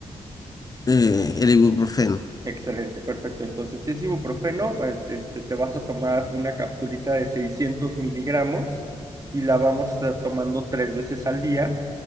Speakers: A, on the left (about 30°); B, on the right (about 30°).
A: Eh, el ibuprofeno.
B: Excelente, perfecto. Entonces, si es ibuprofeno, eh, este, te vas a tomar una capsulita de 600 miligramos y la vamos a estar tomando tres veces al día